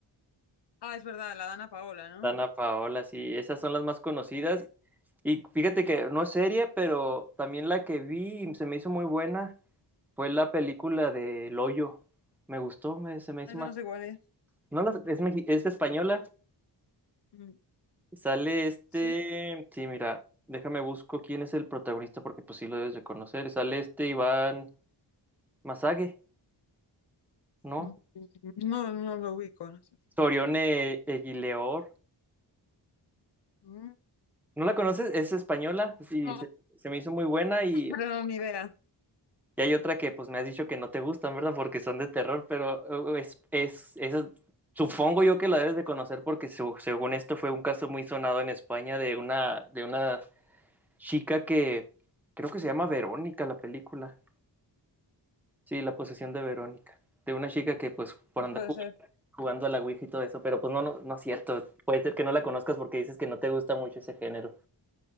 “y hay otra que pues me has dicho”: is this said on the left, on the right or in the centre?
Centre